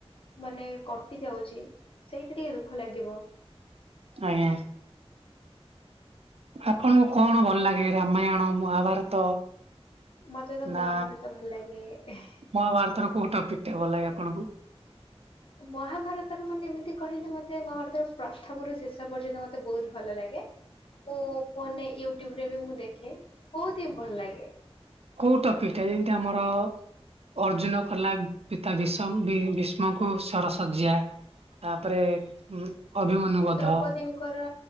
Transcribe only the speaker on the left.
ମାନେ କ କଟି ଯାଉଛି ସେଇଠି ଟିକେ ଦୁଃଖ ଲାଗିବ।
ମତେ ତ
ମହାଭାରତ ଭଲ୍ ଲାଗେ ଏ ହେଁ।
ମହାଭାରତର ମାନେ ଏମିତି କହିଲେ ମତେ ମହାଭାରତର ପ୍ରଥମରୁ ଶେଷ ପର୍ଯ୍ୟନ୍ତ ମତେ ବହୁତ୍ ଭଲ ଲାଗେ। ମୁଁ ଫୋନରେ ୟୁଟ୍ୟୁବ ରେ ବି ମୁଁ ଦେଖେ ବହୁତ୍ ହିଁ ଭଲ ଲାଗେ।
ହୁଁ।
ଦ୍ରୋପତିଙ୍କର